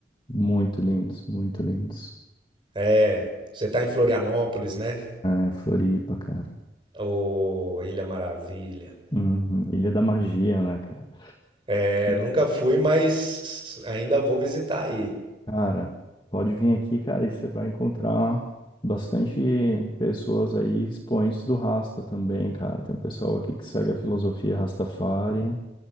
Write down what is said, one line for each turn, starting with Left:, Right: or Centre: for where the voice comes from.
Left: muito lindos, muito lindos.
Right: É, você tá em Florianópolis, né?
Left: É, Floripa, cara.
Right: Ô, Ilha Maravilha.
Left: Uhum. Ilha da Magia, né, cara?
Right: É,
Left: E
Right: nunca fui, mas ainda vou visitar aí.
Left: Cara, pode vir aqui, cara, e você vai encontrar bastante pessoas aí, expoentes do Rasta também, cara. Tem um pessoal aqui que segue a filosofia Rastafari